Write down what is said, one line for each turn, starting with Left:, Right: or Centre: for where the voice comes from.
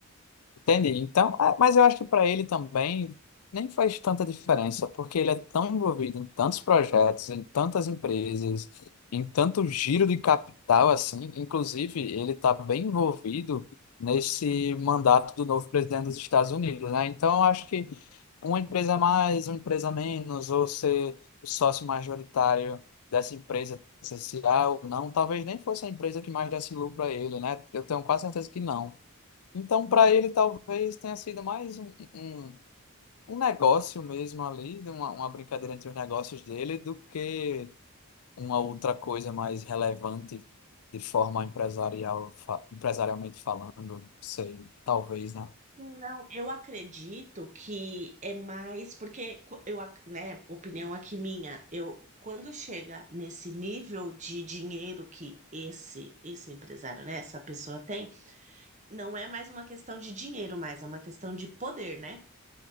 Left: Entendi. Então, ah, mas eu acho que para ele também nem faz tanta diferença, porque ele é tão envolvido em tantos projetos, em tantas empresas, em tanto giro de capital assim. Inclusive, ele está bem envolvido nesse mandato do novo presidente dos Estados Unidos, né? Então, eu acho que uma empresa a mais, uma empresa a menos, ou ser o sócio majoritário dessa empresa, se há ou não, talvez nem fosse a empresa que mais desse lucro a ele, né? Eu tenho quase certeza que não. Então, para ele, talvez tenha sido mais um, um, um negócio mesmo ali, de uma, uma brincadeira entre os negócios dele, do que uma outra coisa mais relevante de forma empresarial, fa- empresarialmente falando, não sei, talvez, né?
Right: Não, eu acredito que é mais porque co- eu, ac- né, opinião aqui minha, eu quando chega nesse nível de dinheiro que esse esse empresário, né, essa pessoa tem, não é mais uma questão de dinheiro, mas é uma questão de poder, né?